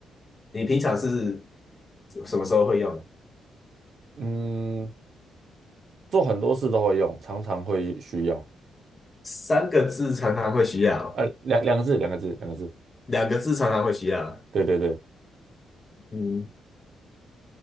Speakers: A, on the left; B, on the right.
A: 你平常是什么时候会用？
B: 嗯，做很多事都会用，常常会需要。
A: 三个字常常会需要，
B: 呃，两两个字，两个字，两个字。
A: 两个字常常会需要。
B: 对对对，
A: 嗯，